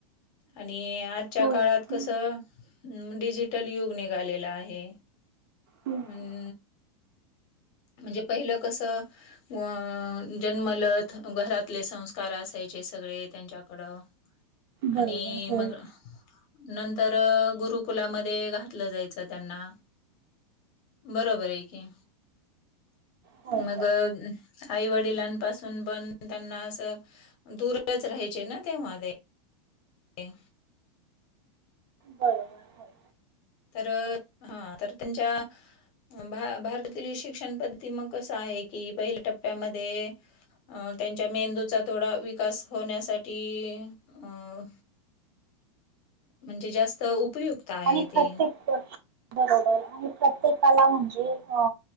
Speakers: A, on the left; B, on the right.
A: आणि आढच्या
B: होय
A: काळात
B: हं,
A: कसं डिजिटल युग निघालेलं आहे.
B: हो हो.
A: आणि म्हणजे पहिलं कसं अ जन्मलत घरातले संस्कार असायचे सगळे त्यांच्याकडं. आणि
B: बरोबर होय
A: मग. नंतर गुरुकुलामध्ये घातलं जायचं त्यांना. बरोबर आहे की.
B: होय
A: मग
B: होय
A: आई वडिलांपासून पण त्यांना असं दूरच राहायचे ना ते म. ते
B: बरोबर होय
A: तर हा तर त्यांच्या भारतातील शिक्षण पद्धती मग कस आहे की पहिल्या टप्प्यामध्ये अ त्यांच्या मेंदूचा थोडा विकास होण्यासाठी अं म्हणजे जास्त उपयुक्त आहे
B: आणि
A: ते
B: प्रत्येक बरोबर आणि प्रत्येकाला म्हणजे अ